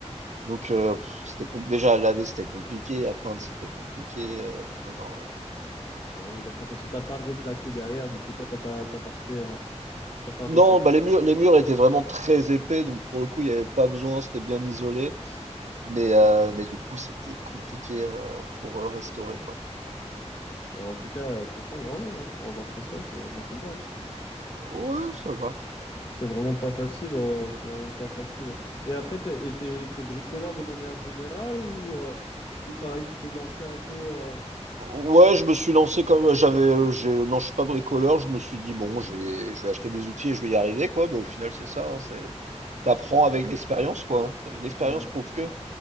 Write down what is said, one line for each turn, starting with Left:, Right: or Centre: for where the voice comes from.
Right: Donc, euh, pff, c'était com- déjà à laver, c'était compliqué, à peindre, c'était compliqué. euh, non, non, euh.
Left: Ah oui, d'accord, parce que t'as pas replaqué derrière, du coup, toi, t'as pas, t'as pas refait, euh, t'as pas replaqué.
Right: Non, bah les murs, les murs étaient vraiment très épais, donc pour le coup, il n'y avait pas besoin, c'était bien isolé. Mais, euh, mais du coup, c'était compliqué euh, pour euh, restaurer, quoi.
Left: Bah, en tout cas, euh, franchement, bravo hein, pour avoir fait ça, c'est vraiment génial.
Right: Ouais, ça va.
Left: C'est vraiment pas facile, euh, c'est vraiment pas facile. Et après, t'es, et t'es, t'es bricoleur de manière générale ou euh, c'est pareil, tu t'es lancé un peu. euh,
Right: Ouais, je me suis lancé comme j'avais, euh, j'ai, non, je suis pas bricoleur. Je me suis dit bon, je vais, je vais acheter des outils et je vais y arriver quoi. Bah, au final, c'est ça. Hein, c'est, t'apprends avec l'expérience quoi. hein. Et L'expérience
Left: Ouais,
Right: prouve que.